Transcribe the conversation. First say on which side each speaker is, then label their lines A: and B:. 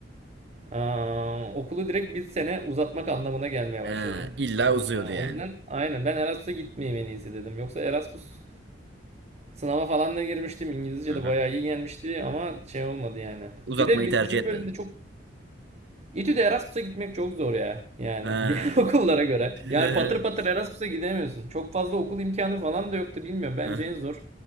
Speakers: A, on the right; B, on the right.
A: e, okulu direkt bir sene uzatmak anlamına gelmeye
B: Ha,
A: başladı.
B: illa
A: E,
B: uzuyordu yani.
A: o yüzden aynen ben Erasmus'a gitmeyeyim en iyisi dedim. Yoksa Erasmus Sınava falan da girmiştim. İngilizce
B: Hı
A: de
B: hı.
A: bayağı iyi gelmişti ama şey olmadı yani.
B: Uzatmayı
A: Bir de biz,
B: tercih
A: bizim
B: etmedin.
A: bölümde çok İTÜ'de Erasmus'a gitmek çok zor ya. Yani
B: Ha.
A: <laughs> diğer okullara göre.
B: <laughs>
A: Yani patır patır Erasmus'a gidemiyorsun. Çok fazla okul imkanı falan da yoktu bilmiyorum. Bence
B: Hı
A: en zor